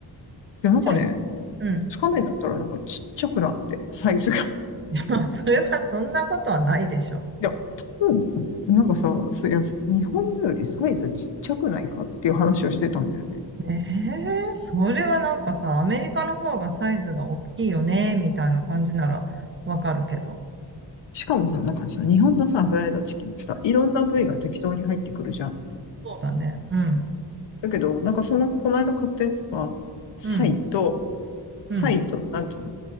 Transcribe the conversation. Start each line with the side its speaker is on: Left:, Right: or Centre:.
Right: ちっちゃい。
Left: いや、なんかね、
Right: うん。
Left: 2日目になったらなんかちっちゃくなって、サイズが。
Right: <laughs> まあ、<laughs> それはそんなことはないでしょ
Left: いや、多分、なんかさ、そいや、日本のよりサイズちっちゃくないかっていう話をしてたんだよね。
Right: う。ええそれはなんかさ、アメリカの方がサイズが大きいよね、みたいな感じならわかるけど。
Left: しかもさ、なんかさ、日本のさ、フライドチキンってさ、いろんな部位が適当に入ってくるじゃん。
Right: そうだね。うん、
Left: だけど、なんかその、この間買ったやつは、サイと
Right: うん、
Left: サイと、
Right: うん、うん、
Left: なんていうの、